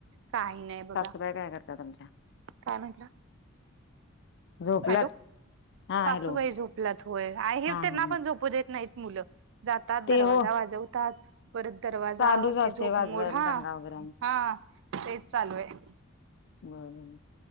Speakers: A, on the right; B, on the left.
A: काही नाही बघा
B: सासूबाई काय करता आमच्या
A: काय म्हटलं
B: झोपल्यात
A: हॅलो
B: हा
A: सासूबाई
B: हॅलो
A: झोपलात होय आहे
B: हा
A: त्यांना
B: हा
A: पण झोपू देत नाहीत मुलं जातात
B: ते
A: दरवाजा
B: हो
A: वाजवतात परत दरवाजा
B: चालूच
A: ती
B: असते
A: झोपमोड
B: वाजवायला
A: हा.
B: दंगा वगैरे आणि
A: हा तेच चालू आहे.
B: बरं.